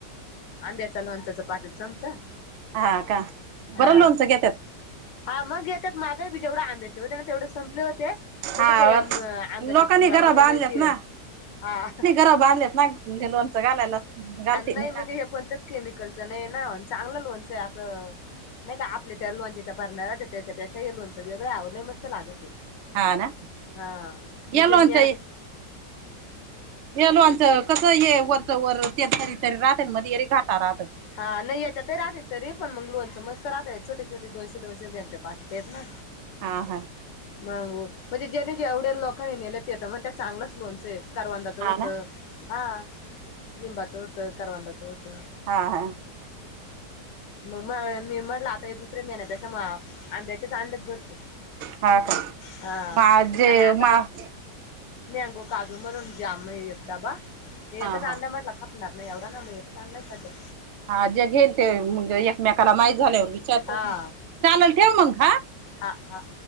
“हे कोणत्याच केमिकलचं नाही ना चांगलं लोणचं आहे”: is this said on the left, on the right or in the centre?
Left